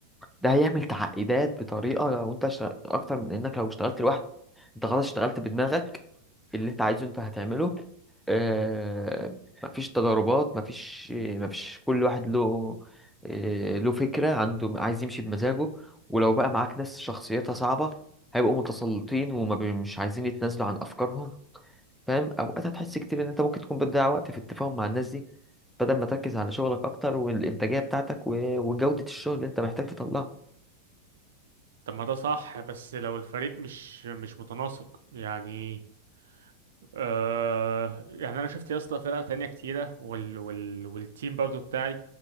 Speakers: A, in the centre; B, on the right.
A: ده هيعمل تعقيدات بطريقه لو انت اشتغلت اكتر من انك لو اشتغلت لوحدك انت خلاص اشتغلت بدماغك اللي انت عايزه انت هتعمله آه مفيش تضاربات مفيش مفيش كل واحد له آه له فكرة عنده عايز يمشي بمزاجه ولو بقى معاك ناس شخصيتها صعبة هيبقوا متسلطين وما بي- مش عايزين يتنازلوا عن أفكارهم فاهم أوقات هتحس كتير إن أنت ممكن تكون بتضيع وقت في التفاهم مع الناس دي بدل ما تركز على شغلك أكتر والإنتاجية بتاعتك و- وجودة الشغل اللي أنت محتاج تطلعها
B: طب ما ده صح بس لو الفريق مش مش متناسق يعني آه يعني انا شفت يا اسطى فرق تانية كتيرة وال وال والتيم برضو بتاعي